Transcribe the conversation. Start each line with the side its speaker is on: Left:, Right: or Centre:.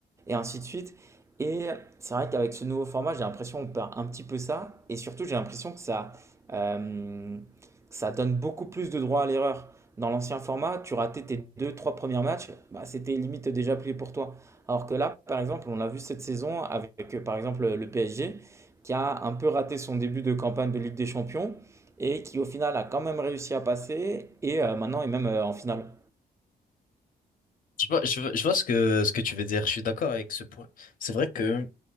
Right: et ainsi de suite. Et c'est vrai qu'avec ce nouveau format, j'ai l'impression qu'on perd un petit peu ça, et surtout j'ai l'impression que ça. euh, ça donne beaucoup plus de droit à l'erreur. Dans l'ancien format, tu ratais tes deux, trois premiers matchs, bah, c'était limite déjà plié pour toi. Alors que là, par exemple, on l'a vu cette saison avec, euh, par exemple, le PSG, qui a un peu raté son début de campagne de Ligue des Champions et qui, au final, a quand même réussi à passer et euh, maintenant est même euh, en finale.
Left: Je vois, je vois, je vois ce que, ce que tu veux dire. Je suis d'accord avec ce point. C'est vrai que